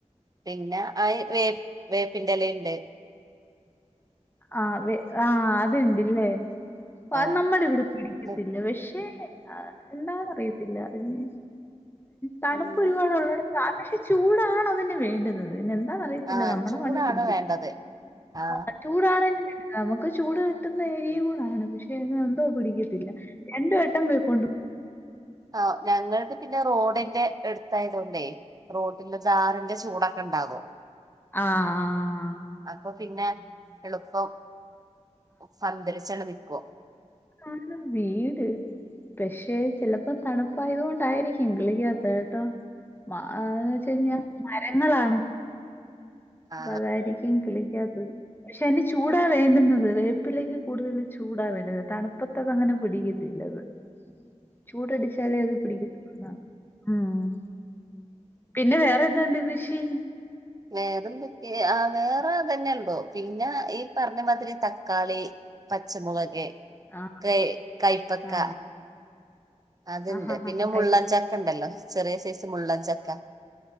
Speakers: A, on the right (about 30°); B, on the left (about 20°).
A: പിന്നെ അയ് വേ വേപ്പിന്റെലണ്ട്.
B: ആഹ് വേ ആഹ് അത്ണ്ടിലേ പ്പത്
A: ആ
B: നമ്മടെ ഇവ്ടെ പിടിക്കത്തില്ല
A: ഇത്
B: പഷേ ആഹ് എന്താന്ന് അറിയത്തില്ല ഞ്ഞി തണ്പ്പ്
A: ഉം
B: ഒര്പാടൊള്ളട <unintelligible> പഷേ ചൂടാണ് അതിന് വേണ്ടുന്നത് പിന്നെ എന്താന്നറിയത്തില്ല
A: ആ
B: നമ്മടെ
A: ചൂടാണ്
B: മണ്ണി പിടിക്കു
A: വേണ്ടത്. ആ
B: ആഹ് ചൂടാണെലുംവേണ്ടില്ല നമുക്ക് ചൂട് കിട്ടുന്ന ഏരിയേകൂടാണ് പഷേത് എന്തോ പിടിക്കത്തില്ല രണ്ട് വട്ടം കൊണ്ടു
A: ആഹ് ഞങ്ങൾദ് പിന്നെ റോഡിന്റെ എടുത്തായതൊണ്ടേ റോ പിന്നെ ചാറിന്റെ ചൂടൊക്കെണ്ടാവും.
B: ആഹ് ആഹ്
A: അപ്പ പിന്നെ എള്പ്പം പന്തലിച്ചണ് നൽക്കും.
B: ആഹ് വീട്. പക്ഷെ ചിലപ്പോ തണുപ്പായത് കൊണ്ടായിരിക്കും കിളിക്കാത്തെ കേട്ടോ? <unintelligible> വെച്ച കഴിഞ്ഞാൽ മരങ്ങളാണ്.
A: ആ
B: പതായിരിക്കും ഇ കിളിക്കാത്തത്. പക്ഷെ അതിന് ചൂടാ വേണ്ടുന്നത് വേപ്പിലക്ക് കൂടുതൽ ചൂടാ വേണ്ടുന്നത് തണുപ്പത്ത്. ത്തത് അങ്ങനെ പിടിക്കത്തിലത്. ചൂട് അടിച്ചാലേ അത് പിടിക്ക ത്തൊള്ളു ആ ഉം പിന്നെ വേറെ എന്താണ്ട് കൃഷി?
A: വേറെന്തൊക്കെ ആഹ് വേറെ അതന്നെ ഉണ്ടോ പിന്നെ ഈ പറഞ്ഞ മാതിരി തക്കാളി. പച്ചമുളക്
B: ആ
A: കൈകൈപ്പക്ക.
B: ആനെ
A: അത്ണ്ട്
B: ആഹാഹാഹാ
A: പിന്നെ മുള്ളൻചക്ക
B: കൈപ്പക്ക
A: ഉണ്ടല്ലോ ചെറിയ സൈസ് മുള്ളചക്ക.